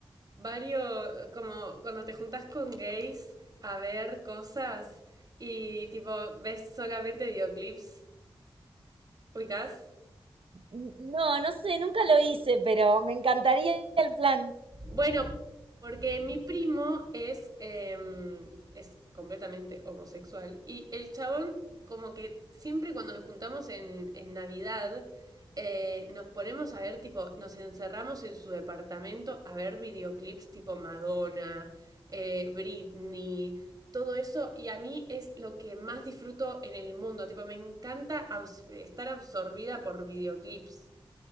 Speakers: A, on the right (about 45°); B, on the right (about 70°).
A: varios, como cuando te juntas con gays a ver cosas y tipo ves solamente videoclips, ubicás.
B: N- No, no sé, nunca lo hice, pero me encantaría el plan.
A: Bueno, porque mi primo es, eh, es completamente homosexual y el chabón como que siempre cuando nos juntamos en, en Navidad eh, nos ponemos a ver tipo, nos encerramos en su departamento a ver videoclips tipo Madonna, eh, Britney, todo eso y a mí es lo que más disfruto en el mundo, tipo me encanta abs- estar absorbida por videoclips.